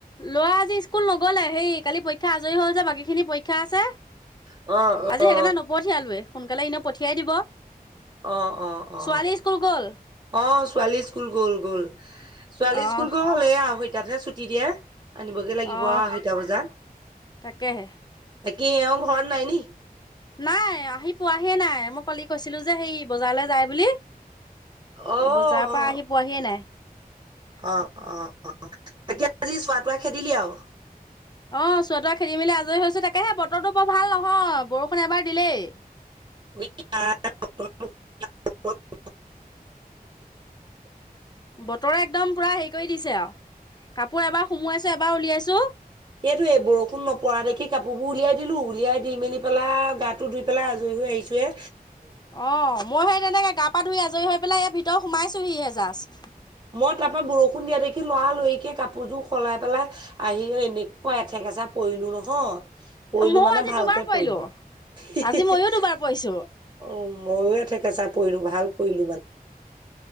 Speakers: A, on the left (about 25°); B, on the right (about 30°).
A: লৰা আজি স্কুল নগলে সেই কালি পৰীক্ষা আজৰি হল যে বাকী খিনি পৰীক্ষা আছে।
B: অ
A: আজি
B: অ অ
A: সেইকাৰণে নপঠিয়ালোৱে সোনকালে এনেও পঠিয়াই দিব
B: অ অ অ।
A: ছোৱালী স্কুল গ'ল
B: অ ছোৱালী স্কুল গ'ল গ'ল ছোৱালী
A: অহ
B: স্কুল গ'ল এয়া আ তাতহে ছুটি দিয়ে আনিবগে লাগিব
A: অহ
B: আঢৈটা বজাত
A: তাকেহে
B: কি এও ঘৰত নাই নি
A: নাই আহি পোৱাহি নাই মই কলি কৈছিলো যে সেই বজাৰলৈ যায় বুলি
B: অ
A: বজাৰৰ
B: অ
A: পৰা আহি পোৱাহিয়েই নাই
B: অ অ অ এতিয়া আজি চোৱা তোৱা খেদিলি আৰু
A: অ চোৱাটোৰা খেদি মেলি আজৰি হৈছো তাকেহে বতৰটো বৰ ভাল নহয় বৰষুণ এবাৰ দিলেই
B: <unintelligible>
A: <inaudible> বতৰে একদম পুৰা হেৰি কৰি দিছে আৰু কাপোৰ এবাৰ সুমোৱাইছো এবাৰ উলিয়াইছো
B: সেইতটো এই বৰষুণ নপৰা দেখি কাপোৰ বোৰ উলিয়াই দিলো উলিয়াই দি মেলি পেলাই গাটো ধুই পেলাই আজৰি লৈ আহিছোঁ হে
A: অ মই সেই তেনেকে গা পা ধুই আজৰি হৈ পেলাই ইয়াত ভিতৰত সোমাইছোহিহে জাস্ত
B: মই তাৰ পৰা বৰষুণ দিয়া দেখি লৰা লৰিকে কাপোৰযোৰ সলাই পেলাই আহি এনেকুৱা ঠেকাচা পৰিলো নহয়। পৰিলো
A: ময়ো
B: মানে
A: আজি
B: ভালকে
A: দুবাৰ পৰিলো,
B: পৰিলো।
A: আজি ময়ো দুবাৰ পৰিছো।
B: মইয়ো থেকেচা পৰিলো ভাল পৰিলো মানে।